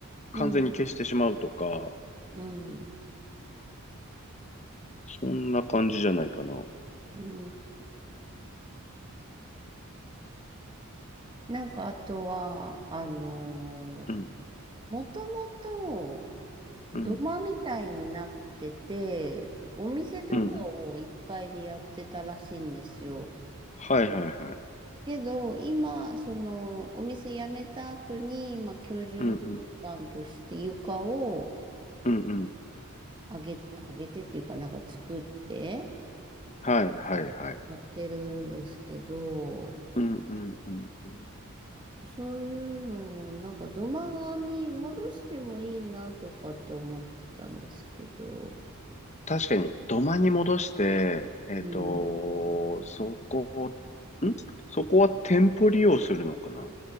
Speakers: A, on the left (about 30°); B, on the right (about 20°).
A: 完全に消してしまうとか、
B: ら。うんうん。う
A: そんな感じじゃないかな。
B: ん。なんかあとは、あのー
A: うん、
B: もともと土間みたいになってて、
A: うん、
B: お店とかを1階でやってたらしいんですよ。
A: うん、うん。はいはいはい。
B: けど、今、その、お店辞めた後に、まあ、居住空間として床を
A: うん、うん、うん、うん。
B: 上げ、上げてっていうか、なんか作って
A: はいはいはい。
B: やってるんですけど、
A: うん、うん、うん。うん
B: そういうのも、なんか土間に戻してもいいなとかって思ってたんですけど、
A: 確かに、土間に戻して、えっと、
B: うん。
A: そこ、んそこは店舗利用するのかな